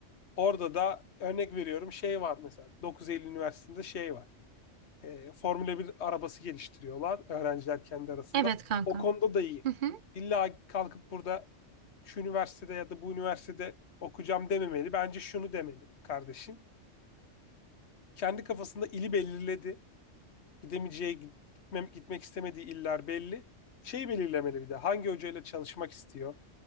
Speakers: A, on the left; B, on the right.
A: Orada da örnek veriyorum şey var mesela. 9 Eylül Üniversitesi'nde şey var. Ee, Formula 1 arabası geliştiriyorlar öğrenciler kendi arasında.
B: Evet kanka.
A: O konuda da iyi.
B: Hı hı.
A: İlla kalkıp burada şu üniversitede ya da bu üniversitede okuyacağım dememeli. Bence şunu demeli kardeşim. Kendi kafasında ili belirledi gidemeyeceği, gitmem- gitmek istemediği iller belli. Şey belirlemeli bir de hangi hocayla çalışmak istiyor,